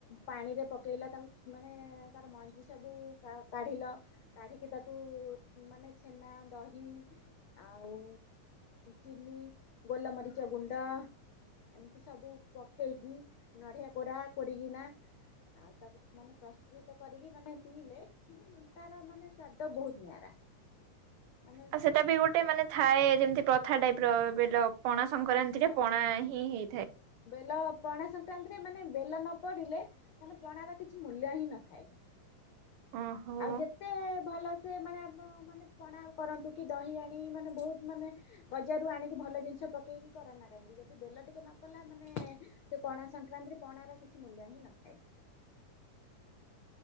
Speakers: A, on the left; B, on the right.
A: ପାଣିରେ ପକେଇଲ ତାକୁ ମାନେ ତାର ମଞ୍ଜି ସବୁ କାଢ଼ିଲ। କାଢିକି ତାକୁ ମାନେ ଛେନା ଦହି ଆଉ ଚିୀ ଗୋଲାମରିଚ ଗୁଣ୍ଡ। ଏମିତି ସବୁ ପକେଇକି ନଡିଆ କୋରା କରିକିନା। ଆଉ ତାକୁ ମାନେ ପ୍ରସ୍ତୁତ କରିକି ମାନେ ପିଇଲେ। ତାର ମାନେ ସ୍ଵାଦ ବହୁତ ନିଆରା। ମାନେ
B: ଆଉ ସେଟା ବି ଗୋଟେ ମାନେ ଥାଏ ଯେମିତି ପ୍ରଥା ଟାଇପ ର ବେଲ। ପଣା ସଂକ୍ରାନ୍ତି
A: ହଁ
B: ରେ ପଣା ହିଁ ହେଇଥାଏ।
A: ବେଲ ପଣା ସଂକ୍ରାନ୍ତିରେ ମାନେ ବେଲ ନ ପଡ଼ିଲେ ମାନେ ପଣାର କିଛି ମୂଲ୍ୟ ହିଁ ନଥାଏ।
B: ଓହୋ
A: ଆଉ ଯେତେ ଭଲ ସେ ମାନେ ଆପ ମାନେ ପଣା କରନ୍ତୁ କି ଦହି ଆଣି ମାନେ ବହୁତ ମାନେ ବଜାର ରୁ ଆଣିକି ଭଲ ଜିନିଷ ପକେଇକି କରାନ ନା କାହିଁକି ଯଦି ବେ ଟିକେ ପଲା ମାନେ ସେ ପଣା ସଂକ୍ରାନ୍ତିରେ ପଣା ର କିଛି ମୂଲ୍ୟ ହିଁ ନଥାଏ।